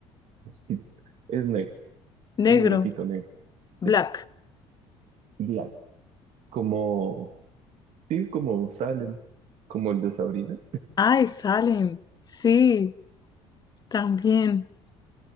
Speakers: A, on the right; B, on the left.
A: Sí. Es negro,
B: negro,
A: es un gatito negro. Sí,
B: black.
A: black. Como, sí, como sale. como el de Sabrina,
B: Ay, salen. Sí, también.